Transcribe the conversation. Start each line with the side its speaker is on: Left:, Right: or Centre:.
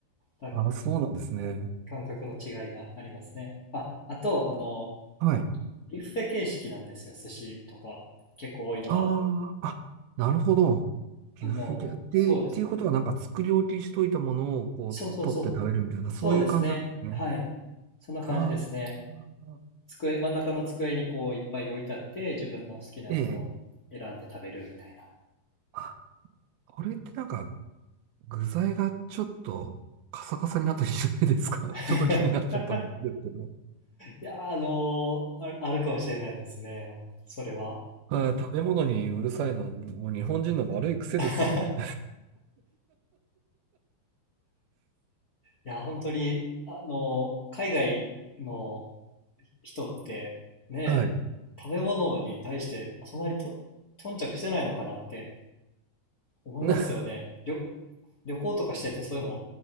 Left: <laughs>
Right: あ、そうなんですね。
Left: 感覚の違いがありますね。あ、あと、あの、
Right: はい。
Left: ビュッフェ形式なんですよ、寿司とか、結構多いのが。
Right: ああ、あ、なるほど。ビュッフェ系。
Left: あの、そうです。
Right: で、っていうことはなんか作り置きしといたものをこう取って食べるみたいな、
Left: そうそうそう、そうですね。
Right: そういう感じなんですね。
Left: はい。そんな感じですね。
Right: ああ、
Left: 机、真ん中の机にこういっぱい置いてあって、自分の好きなやつを選んで食べるみたいな。
Right: ええ。あ、これってなんか具材がちょっとカサカサになったりしないですか <laughs> ちょっと気になっちゃったんですけど。
Left: <laughs> いやー、あのーあ、あるかもしれないですね、ほんそれは。
Right: はい食べ物にうるさいのはもう日本人の悪い癖ですよね。
Left: <laughs> いや、本当に、あのー海外の人ってね
Right: <laughs> はい。
Left: 食べ物に対してそんなにと頓着してないのかなって思いますよね旅
Right: <laughs>
Left: 旅行とかしててそういうの